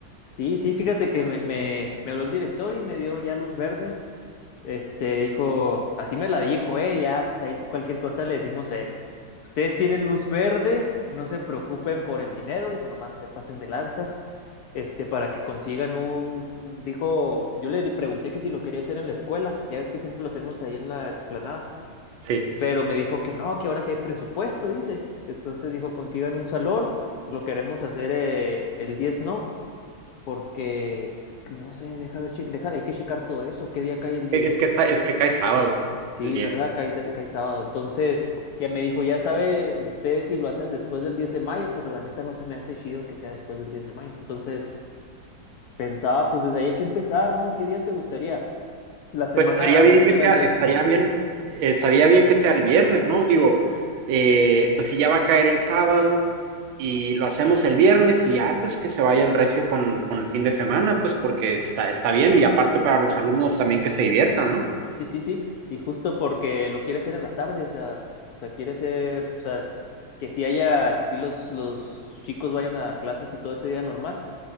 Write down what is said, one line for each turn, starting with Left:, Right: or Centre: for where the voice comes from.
Left: Sí, sí, fíjate que me, me, me habló el director y me dio ya luz verde. Este, dijo, así me la dijo, eh, ya, pues ahí sí cualquier cosa le decimos, eh, ustedes tienen luz verde, no se preocupen por el dinero, dijo, nomás no se pasen de lanza. este, para que consigan un, dijo, yo le pregunté que si lo quería hacer en la escuela, ya ves que siempre lo hacemos ahí en la explanada,
Right: Sí,
Left: pero me dijo que no, que ahora sí hay presupuesto, dice. Entonces dijo, consigan un salón, lo queremos hacer eh, el 10 no, porque, no sé, deja ver, che- deja, hay que checar todo eso, qué día cae el diez
Right: E- es que, sa- es que cae sábado,
Left: Sí,
Right: el día.
Left: ¿verdad? Cae, s- cae sábado. Entonces, ya me dijo, ya saben ustedes si lo hacen después del 10 de mayo, pero la neta no se me hace chido que sea después del 10 de mayo. Entonces, Pensaba, pues desde ahí hay que empezar, ¿no? ¿Qué día te gustaría? La semana
Right: Pues estaría bien
Left: anterior
Right: que sea,
Left: al 10.
Right: estaría bien, eh, estaría bien que sea el viernes, ¿no? Digo, eh, pues si ya va a caer el sábado y lo hacemos el viernes y ya, pues que se vayan recio con, con el fin de semana, pues porque está, está bien y aparte para los alumnos también que se diviertan, ¿no?
Left: Sí, sí, sí. Y justo porque lo quiere hacer en la tarde, o sea, o sea, quiere hacer, o sea, que si haya, que si los, los chicos vayan a clases y todo ese día normal.